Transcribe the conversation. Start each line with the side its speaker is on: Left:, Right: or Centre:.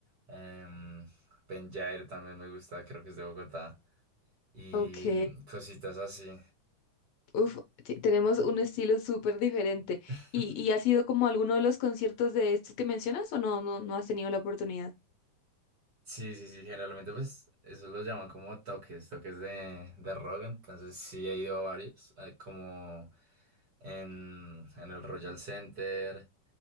Right: em, Penyair también me gusta, creo que es de Bogotá, y
Left: Ok.
Right: cositas así.
Left: Uf, te- tenemos un estilo súper diferente.
Right: <laughs>
Left: ¿Y, y has ido como a alguno de los conciertos de estos que mencionas o no, no, no has tenido la oportunidad?
Right: Sí, sí, sí, generalmente pues eso lo llaman como toques, toques de, de rock, entonces sí he ido a varios, eh, como en, en el Royal Center